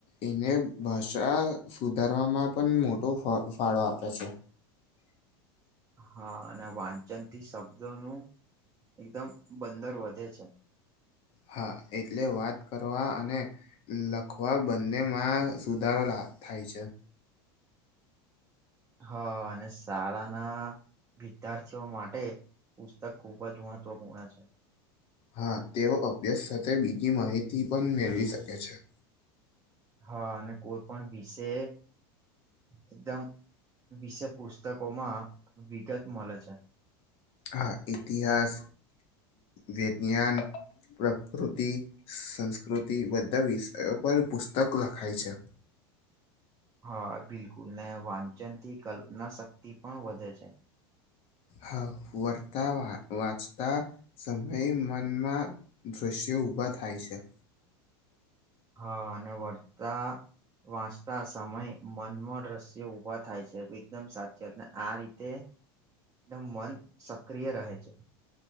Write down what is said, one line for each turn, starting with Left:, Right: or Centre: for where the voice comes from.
Left: એને ભાષા સુધારવામાં પણ મોટો ફાળો આપે છે.
Right: હા અને વાંચનથી શબ્દો નું એકદમ બંદર વધે છે.
Left: હા એટલે વાત કરવા અને લખવા બંને માં સુધારો લા થાય છે.
Right: હ અનેશાળાના વિદ્યાથીઓ માટે પુસ્તક ખુબ જ મહત્વપૂર્ણ છે.
Left: હા તેઓ અભ્યાસ સાથે બીજી માહિતી પણ મેળવી શકે છે
Right: હા અને કોઈ પણ વિશે એકદમ વિશે પુસ્તક માં વિગત મળે છે.
Left: હ ઇતિહાસ વિજ્ઞાન પ્રકૃતિ સંસ્કૃતિ બધા વિષયો પર પુસ્તક લખાય છે.
Right: હા બિલકુલ ને વાંચન થી કલ્પના શક્તિ પણ વધે છે.
Left: હા વરતા વા વાંચતા સમય મનમાં દ્રશ્યો ઉઊભા થાય છે.
Right: હા અને વળતા વાંચતા સમય મનમ રસ્ય ઉઊભા થાય છે. એકદમ સાચીત ને આ રીતે એકદમ મન સક્રિય રહે છે.